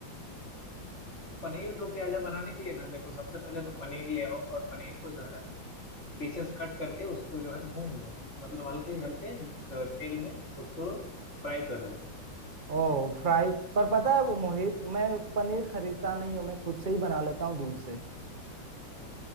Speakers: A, on the left (about 35°); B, on the right (about 30°).
A: तो पनीर दो प्याजा बनाने के लिए ना देखो सबसे पहले तो पनीर ले आओ और पनीर को जो है पीसेस कट करके उसको जो है भून लो मतलब हल्के हल्के अ, तेल में उसको फ्राई कर लो
B: ओह फ्राई पर पता है वो मोहित मैं पनीर खरीदता नहीं हूँ मैं खुद से ही बना लेता हूँ दूध से